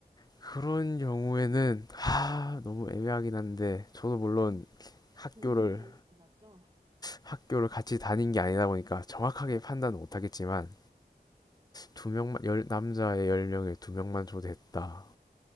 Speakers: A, on the left (about 25°); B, on the right (about 30°).
A: 그런 경우에는 하 너무 애매하긴 한데 저도 물론
B: 좀
A: 학교를
B: 드문 케이스 같죠?
A: 학교를 같이 다닌 게 아니다 보니까 정확하게 판단은 못하겠지만 두 명만 열 남자의 열 명에 두 명만 초대했다.